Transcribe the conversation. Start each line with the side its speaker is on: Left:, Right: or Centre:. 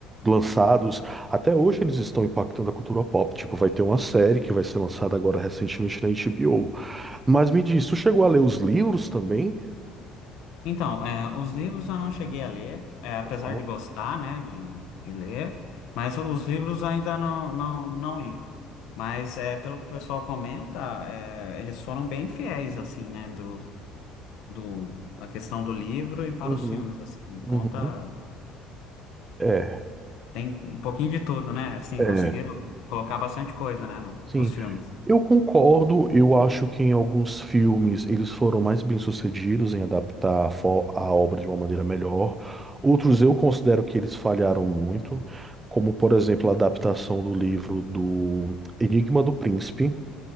Right: lançados, até hoje eles estão impactando a cultura pop. Tipo, vai ter uma série que vai ser lançada agora recentemente na HBO. Mas me diz, tu chegou a ler os livros também?
Left: Então, é, os livros eu não cheguei a ler, é, apesar
Right: Uhum.
Left: de gostar, né, de, de ler, mas os livros ainda não, não, não li. Mas é, pelo que o pessoal comenta, é, eles foram bem fiéis, assim, né, do, do, a questão do livro e para
Right: Uhum.
Left: os filmes, assim, conta,
Right: Uhum. É,
Left: tem um pouquinho de tudo, né, assim,
Right: é.
Left: conseguiram colocar bastante coisa, né, no-
Right: Sim,
Left: nos filmes.
Right: eu concordo. Eu acho que em alguns filmes eles foram mais bem-sucedidos em adaptar a, fo- a obra de uma maneira melhor. Outros eu considero que eles falharam muito, como por exemplo a adaptação do livro do Enigma do Príncipe.